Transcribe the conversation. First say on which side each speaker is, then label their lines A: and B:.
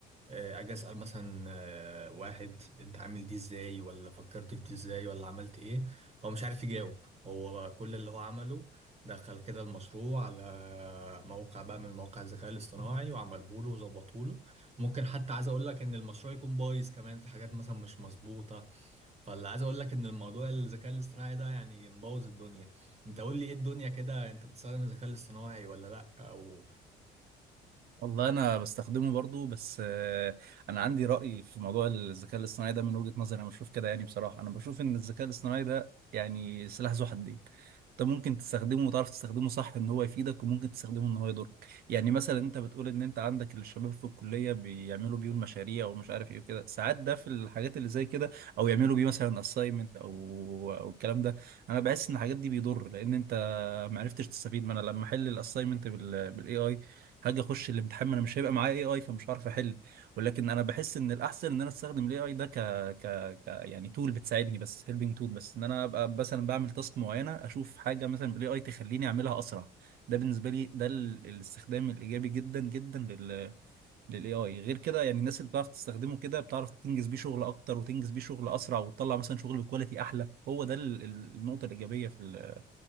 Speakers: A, on the right (about 40°); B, on the right (about 65°).
A: آه، أجي أسأل مثلا آه، واحد أنت عامل دي إزاي ولا فكرت في دي إزاي ولا عملت إيه هو مش عارف يجاوب هو كل اللي هو عمله دخل كده المشروع على موقع بقى من مواقع الذكاء الاصطناعي وعمله له وظبطه له ممكن حتى عايز اقول لك ان المشروع يكون بايظ كمان في حاجات مثلا مش مظبوطة فاللي عايز اقول لك ان الموضوع الذكاء الاصطناعي ده يعني مبوظ الدنيا انت قول لي ايه الدنيا كده انت بتستخدم الذكاء الاصطناعي ولا لا او
B: والله انا بستخدمه برضو بس آه، انا عندي رأي في موضوع الذكاء الاصطناعي ده من وجهة نظري انا بشوف كده يعني بصراحة انا بشوف ان الذكاء الاصطناعي ده يعني سلاح ذو حدين انت ممكن تستخدمه وتعرف تستخدمه صح ان هو يفيدك وممكن تستخدمه ان هو يضرك يعني مثلا انت بتقول ان انت عندك الشباب في الكلية بيعملوا بيه المشاريع ومش عارف ايه وكده ساعات ده في الحاجات اللي زي كده او يعملوا بيه مثلا اساينمنت او او الكلام ده انا بحس ان الحاجات دي بيضر لان انت ما عرفتش تستفيد ما انا لما احل الاساينمنت بالاي اي هاجي اخش الامتحان ما انا مش هيبقى معايا اي اي فمش هعرف احل ولكن انا بحس ان الاحسن ان انا استخدم الاي اي ده ك... ك... ك يعني تول بتساعدني بس هيلبنج تول بس ان انا ابقى مثلا بعمل تاسك معينه اشوف حاجه مثلا بالاي اي تخليني اعملها اسرع ده بالنسبه لي ده ال... الاستخدام الايجابي جدا جدا لل للاي اي غير كده يعني الناس اللي بتعرف تستخدمه كده بتعرف تنجز بيه شغل اكتر وتنجز بيه شغل اسرع وتطلع مثلا شغل بكواليتي احلى هو ده ال... ال- النقطه الايجابيه في ال...